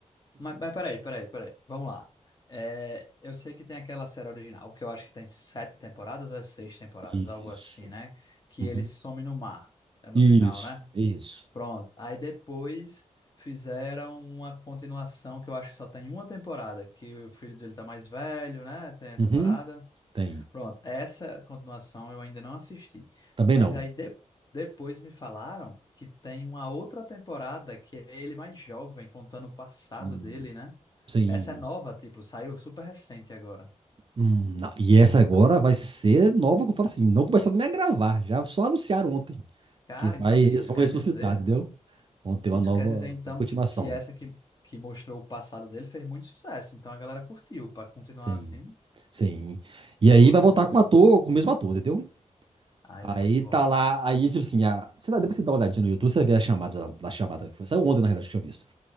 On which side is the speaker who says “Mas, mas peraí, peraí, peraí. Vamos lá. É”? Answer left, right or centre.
Left